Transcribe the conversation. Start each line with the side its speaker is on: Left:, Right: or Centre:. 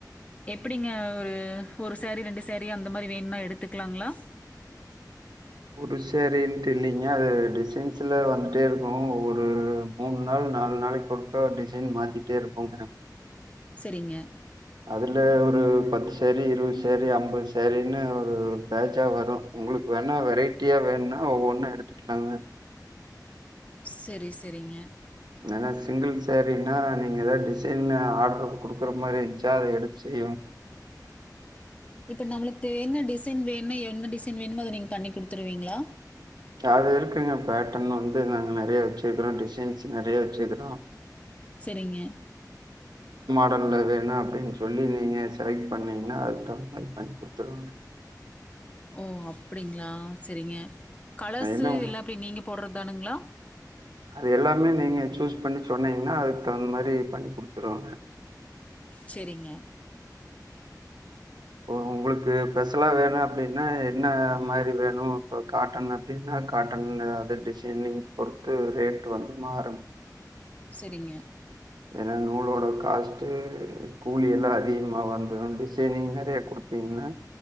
Left: எப்டிங்க ஒரு ஒரு சேரி ரெண்டு சேரி அந்த மாதிரி வேணுனா எடுத்துக்கலாங்களா
Right: ஒரு சாரின்ட்டு இல்லைங்க அது டிசைன்ஸ்ல வந்துட்டே இருக்கூ. ஒரு மூணு நாள் நாலு நாளைக்கு ஒருக்கா டிசைன் மாத்திட்டே இருப்போங்க
Left: செரிங்க
Right: அதுல ஒரு பத்து செரி இருவது செரி ஐம்பது செரினு ஒரு பேட்சா வரும் உங்களுக்கு வேணா வெரைட்டியா வேணும்னா ஒவ்வொன்னு எடுத்துக்கலாங்க.
Left: செரி செரிங்க
Right: என்னனா சிங்கிள் சாரினா நீங்க எதாவ்து டிசைன்னு ஆட்ரு குடுக்குற மாரி இருந்துச்சா அத எடுத்து செய்வோங்க
Left: இப்ப நம்ளுக்கு என்ன டிசைன் வேணுனா என்ன டிசைன் வேணுமோ அத நீங்க பண்ணி குடுத்துருவீங்களா
Right: அது இருக்குங்க பேட்டர்ன் வந்து நாங்க நெறையா வெச்சுருக்குறோம் டிசைன்ஸ் நெறையா வெச்சுக்குறோம்
Left: செரிங்க
Right: ஆல் வேணும் அப்டின்னு சொல்லி நீங்க செலக்ட் பண்ணீங்கன்னா அதுக்கு தகுந்த மாரி பண்ணி குடுத்துருவ
Left: ஓ அப்டிங்களா செரிங்க கலர்ஸ்சு
Right: அது என்ன
Left: எல்லா நீங்க போட்றது தானுங்களா
Right: அது எல்லாமே நீங்க சூஸ் பண்ணி சொன்னீங்னா அதுக்கு தகுந்த மாரி பண்ணிக் குடுத்துருவாங்க
Left: செரிங்க
Right: உங்குளுக்கு ஸ்பெஷலா வேணு அப்டினா என்ன மாரி வேணு இப்போ காட்டன் அப்டினா காட்டன் அது டிசைனிங் பொறுத்து ரேட்டு வந்து மாறும்
Left: செரிங்க
Right: ஏனா நூலோட காஸ்ட்டு கூலி எல்லா அதிகமா வந்துரும் டிசைனிங் நெறையா குடுத்தீங்கனா